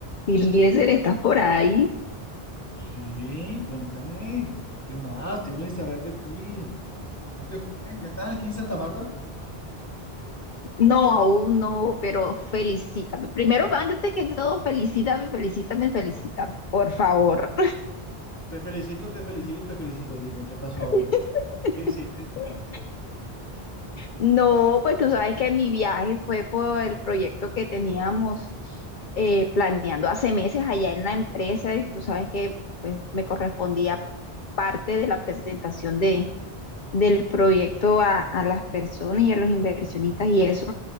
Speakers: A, on the left; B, on the left.
A: Eliezer, ¿estás por ahí?
B: Sí, cuéntame. ¿Qué más? Tiempo sin saber de ti. ¿Cómo te fue? ¿Ya estás aquí en Santa Marta?
A: No, aún no, pero felicítame. Primero, antes que todo, felicítame, felicítame, felicítame, por favor.
B: Te felicito, te felicito, te felicito. Dime, ¿qué pasó
A: <laughs>
B: ahora? ¿Qué hiciste?
A: No, pues tú sabes que mi viaje fue por el proyecto que teníamos eh, planeando hace meses allá en la empresa y tú sabes que pues, me correspondía parte de la presentación de, del proyecto a, a las personas y a los inversionistas y eso.